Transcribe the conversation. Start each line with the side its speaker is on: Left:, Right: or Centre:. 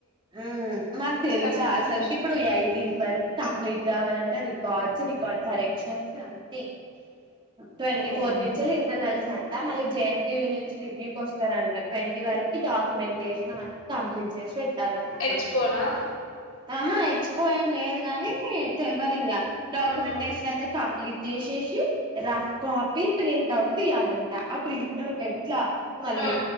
Right: హ్మ్ మాకు తెలుసా
Left: కమ్యూనికేషన్
Right: అసలుకి ఇప్పుడు ఎయిటీన్త్ వరకు కంప్లీట్ గావాలంటే రికార్డ్స్ రికార్డ్ కరెక్ట్ షేమ్స్ అండి ట్వంటీ
Left: ఓ అమ్మో
Right: ఫోర్ నుంచి ఇంటర్నల్స్ హట్ట మాలిద్ జెంటియు నుంచి రివ్యూ కు వస్తారంట ట్వంటీ వరు ఈ డాకిమెంట్ చేసినవాన్ అంత కంప్లీట్ చేసి వెట్ ఇప్పుడు
Left: ఎక్స్పోనా
Right: ఆహ ఎక్స్పో ఏం లేదు గానీ తెలువదు ఇంగా డాక్యుమెంటేషన్
Left: ఆహా
Right: అయితే కంప్లీట్ చేసేసి రఫ్ కాపీ ప్రింట్ అవుట్ తీయాలంట ఆ ప్రింట్ అవుట్ ఎట్లా మళ్ళీ
Left: ఆ